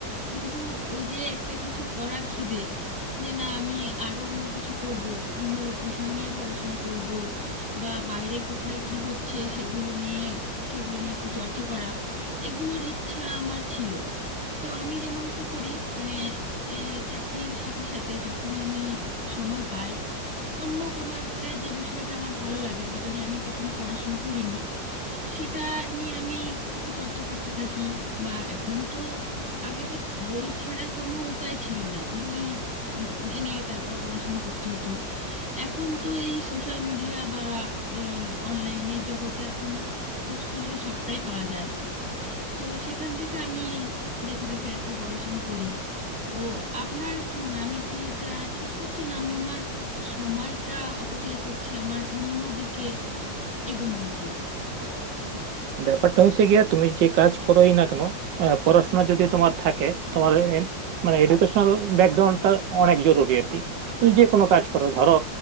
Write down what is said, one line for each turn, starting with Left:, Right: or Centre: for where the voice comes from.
Centre: কিন্তু ওই যে একটা কিছু করার খিদে যে না আমি আরো অন্য কিছু করব অন্য বিষয় নিয়ে পড়াশুনো করব বা বাইরে কোথায় কি হচ্ছে সেগুলো নিয়ে সেগুলো নিয়ে একটু চর্চা করা এগুলোর ইচ্ছা আমার ছিল তো আমি যেমন কি করি মানে এ, চাকরির সাথে সাথে যখনই আমি সময় পাই অন্য কোনো একটা যে বিষয়টা আমার ভালো লাগে যেটা নিয়ে আমি কখনো পড়াশুনো করিনি সেটা নিয়ে আমি একটু চর্চা করতে থাকি বা এখন তো আগে তো বই ছাড়া কোনো উপায় ছিল না বই উম, এনে তারপর পড়াশুনো করতে হতো এখন তো এই সোশ্যাল মিডিয়া বা এই অনলাইনের জগতে এখন খোঁজ করলে সবটাই পাওয়া যায় তো সেখান থেকে আমি দেখে দেখে আর কি পড়াশুনো করি তো আপনার কি মনে হয় আমি কি এটা ঠিক করছি না আমি আমার সময়টা অপচয় করছি আমার অন্য দিকে এগোনো উচিত
Right: ব্যাপারটা হয়েছে গিয়া তুমি যে কাজ করোই না কেন আহ, পড়াশোনা যদি তোমার থাকে তোমার এম, মানে এডুকেশনাল ব্যাকগ্রাউন্ডটা অনেক জরুরি আর কি তুমি যে কোনো কাজ করো ধরো